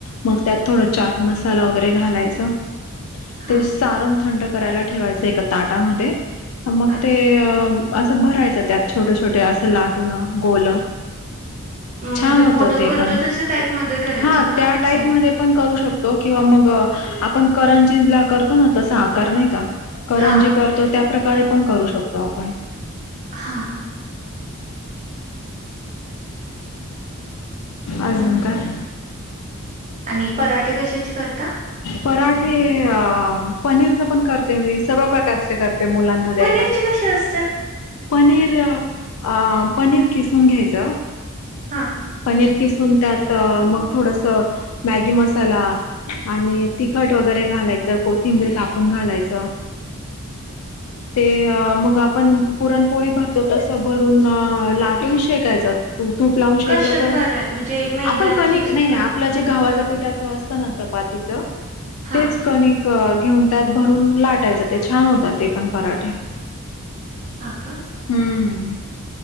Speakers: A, on the left (about 85°); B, on the right (about 35°).
A: मग त्यात थोडा चाट मसाला वगैरे घालायचा.
B: हां
A: ते सारण थंड करायला ठेवायचं एका ताटामध्ये मग
B: अच्छा
A: ते अ. असं भरायचं त्यात छोटे छोटे असं लाटून गोल.
B: म्हणजे
A: छान होत,
B: मोदक
A: ते
B: करतो
A: पण
B: तसं टाईपमध्ये करायचं
A: हा
B: का
A: त्या टाईपमध्ये
B: सेम?
A: पण करू शकतो किंवा मग. आपण करंजीला करतो ना तसा आकार नाही का करंजी
B: हां
A: करतो त्या. प्रकारे पण करू शकतो आपण.
B: हा.
A: अजून काय.
B: आणि पराठे कशाचे करता?
A: पराठे अ. पनीरच पण करते मी सर्व प्रकारचे करते मुलांना द्यायला.
B: पनीरचे कसे असतात?
A: पनीर आ पनीर किसुन घ्यायच.
B: हां
A: पनीर किसून त्यात मग थोडस मॅगी मसाला आणि तिखट. तीखट वगैरे घालायचं कोथिंबीर कापून घालायचं. ते मग आपण पुरणपोळी भरतो तसं भरून लाटून शेकायचं. तू तूप लावून शेकल
B: कशात
A: तरी
B: भराय म्हणजे मैद्याचीच
A: आपण कनिक नाही नाही
B: कणिक
A: आपलं जे गव्हाचं पीठ. पिठाच असत ना चपातीच
B: हां
A: तेच कनिक. घेऊन त्यात भरून लाटायचं ते छान होत, ते पण पराठे.
B: हा का.
A: हम्म.